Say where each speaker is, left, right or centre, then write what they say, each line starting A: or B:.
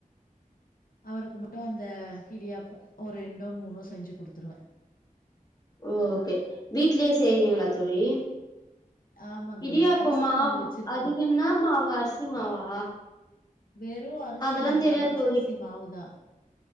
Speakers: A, on the left (about 85°); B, on the left (about 25°).
A: அவருக்கு மட்டு அந்த இடியாப்பொ ஒரு ரெண்டோ மூணோ செஞ்சு குடுத்துருவ
B: ஓ ஓகே வீட்லயே செய்வீங்ளா தோழி
A: ம் ஆமா தோழி
B: இடியாப்ப
A: அரிசி
B: மாவ்
A: மாவு வச்சிருப்போ
B: அதுக்கென்னா மாவு அரிசி மாவா
A: வெறு அரிசி
B: அதெல்லா
A: மாவுதா
B: தெரியாது
A: பச்சரிசி
B: தோழி
A: மாவுதா